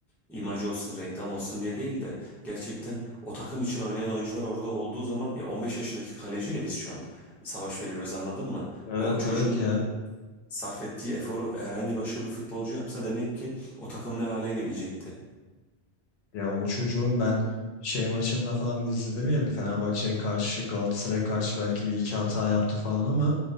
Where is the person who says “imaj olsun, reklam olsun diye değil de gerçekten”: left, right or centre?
Centre